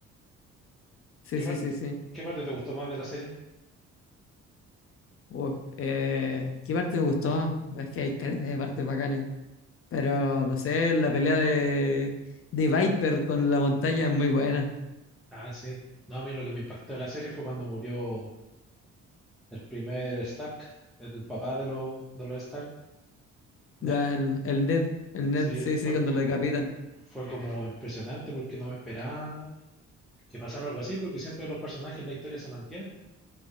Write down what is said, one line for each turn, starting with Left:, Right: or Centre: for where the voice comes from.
Left: Sí,
Centre: ¿Qué
Left: sí,
Centre: par-
Left: sí, sí.
Centre: qué parte te gustó más de la serie?
Left: Uf, eh, ¿qué parte me gustó más? Es que hay caretas de partes bacanes. Pero no sé, la pelea de, de Viper con la montaña es muy buena.
Centre: Ah, sí. No, a mí lo que me impactó de la serie fue cuando murió el primer Stark, el papá de, los de los Stark, Ned.
Left: La- el, el Ned, el
Centre: Sí,
Left: Ned, sí,
Centre: fue,
Left: sí, cuando
Centre: co-
Left: lo decapitan.
Centre: fue como impresionante porque no me esperaba que pasara algo así, porque siempre los personajes en la historia se mantienen.